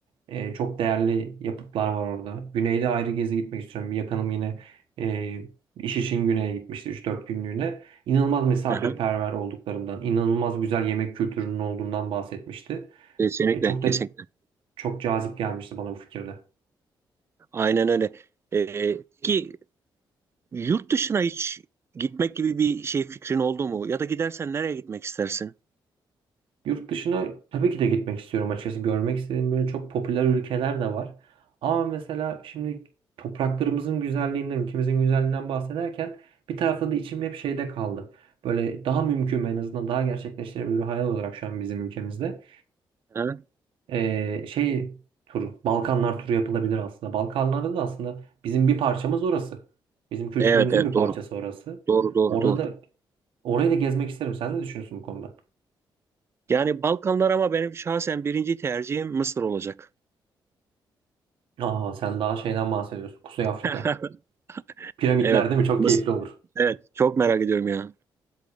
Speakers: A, on the right (about 80°); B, on the right (about 30°).
A: E, çok değerli yapıtlar var orada. Güneyde ayrı gezi gitmek istiyorum. Bir Yakınım yine e, iş için güneye gitmişti 3-4 günlüğüne. İnanılmaz misafirperver
B: aha.
A: olduklarından, inanılmaz güzel yemek kültürünün olduğundan bahsetmişti.
B: Kesinlikle,
A: E, çok
B: kesinlikle.
A: da çok cazip gelmişti bana bu fikirde.
B: Aynen öyle. E, ki Yurt dışına hiç gitmek gibi bir şey fikrin oldu mu? Ya da gidersen nereye gitmek istersin?
A: Yurt dışına tabii ki de gitmek istiyorum açıkçası. Görmek istediğim böyle çok popüler ülkeler de var. Ama mesela şimdi topraklarımızın güzelliğinden, ülkemizin güzelliğinden bahsederken bir tarafta da içim hep şeyde kaldı. Böyle daha mümkün ve en azından daha gerçekleştirebilir hayal olarak şu an bizim ülkemizde.
B: Ha?
A: Ee, şey turu, Balkanlar turu yapılabilir aslında. Balkanlarda da aslında bizim bir parçamız orası. Bizim kültürümüzün
B: Evet evet
A: bir parçası
B: doğru.
A: orası.
B: Doğru doğru
A: Orada
B: doğru.
A: da orayı da gezmek isterim. Sen ne düşünüyorsun bu konuda?
B: Yani Balkanlar ama benim şahsen birinci tercihim Mısır olacak.
A: Aa, sen daha şeyden bahsediyorsun. Kuzey Afrika.
B: <laughs>
A: Piramitler
B: Evet.
A: değil mi? Çok
B: Mısır.
A: keyifli olur.
B: Evet. Çok merak ediyorum ya.